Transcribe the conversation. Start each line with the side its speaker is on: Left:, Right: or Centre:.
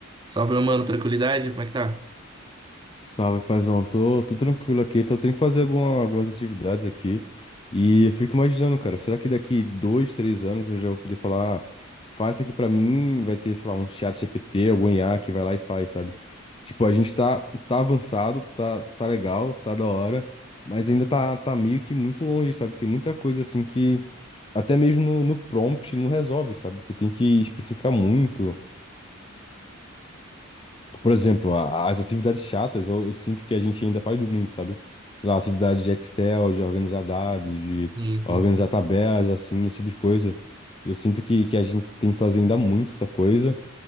Right: Salve, meu mano, tranquilidade? Como é que tá?
Left: Salve, paizão. Tô, tô tranquilo aqui. Então, eu tenho que fazer alguma- algumas atividades aqui. E eu fico imaginando, cara, será que daqui dois, três anos eu já vou poder falar, "Ah, faz isso aqui pra mim? Vai ter, sei lá, um chat GPT, algum IA que vai lá e faz, sabe? Tipo, a gente tá, tá avançado, tá, tá legal, tá da hora, mas ainda tá, tá meio que muito longe, sabe? Tem muita coisa assim que até mesmo no, no prompt não resolve, sabe? Você tem que especificar muito. Por exemplo, a- as atividades chatas, eu, eu sinto que a gente ainda faz muito, sabe? Sei lá, atividade de Excel, de organizar dados, de
Right: Sim, sim,
Left: organizar
Right: sim.
Left: tabelas, assim, esse tipo de coisa. Eu sinto que, que a gente tem que fazer ainda muito essa coisa.